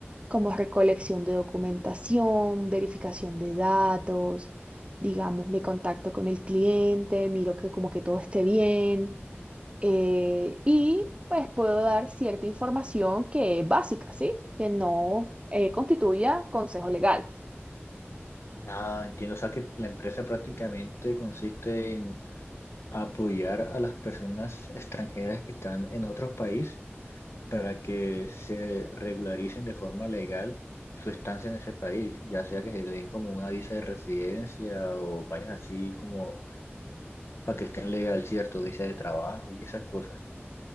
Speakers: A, on the right; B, on the left.
A: como recolección de documentación, verificación de datos, digamos, me contacto con el cliente, miro que como que todo esté bien eh, y pues puedo dar cierta información que es básica, ¿sí? Que no eh, constituya consejo legal.
B: Ah, entiendo. O sea, que la empresa prácticamente consiste en apoyar a las personas extranjeras que están en otros países para que se regularicen de forma legal su estancia en ese país, ya sea que se le den como una visa de residencia o vayas así como para que estén legal, cierto, visa de trabajo y esas cosas.